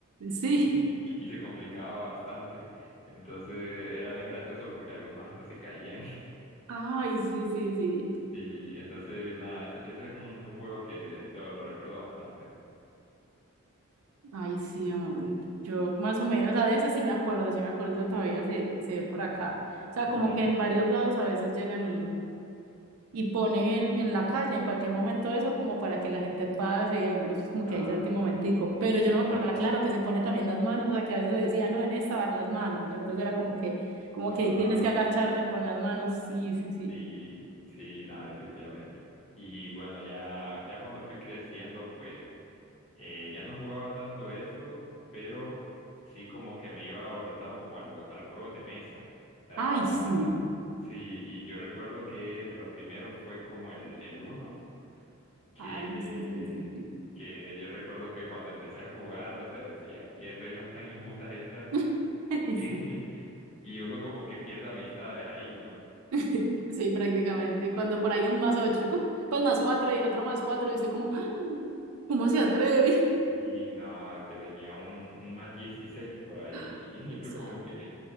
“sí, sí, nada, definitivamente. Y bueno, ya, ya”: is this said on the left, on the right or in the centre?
Left